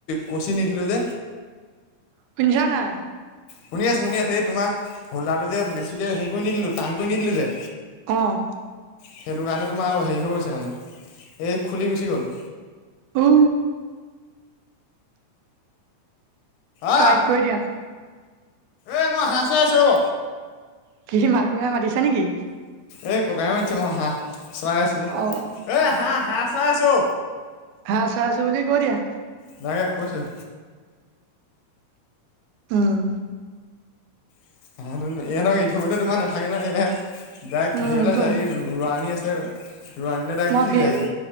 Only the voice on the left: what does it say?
কচি নিদিলোঁ যে।
শুনি আছো-শুনি আছো, এই তোমাৰ হোলদাৰটো যে বেছিকে হেৰি কৰি নিদিলো টান কৰি নিদিলো যে
সেইটো কাৰণে তোমাৰ হেৰি হৈ গৈছে মানে, এই খুলি গুচি গ'ল।
আহ
এই মই হাঁহ চৰায় আছো ৰ'ব।
এই ককাই মাতিছে মই হাঁহ চৱাই আছো যে,
এ হাঁহ-হাঁহ চৰাই আছো।
<unintelligible> কৈছোঁ।
ইহঁতক এৰি থৈ গ'লে তোমাৰ নাথাকে নহয়, এ ডাইৰেক্ট
<unintelligible> ৰোৱণী আছে <unintelligible> ডাইৰেক্ট
গুচি
যায়গৈ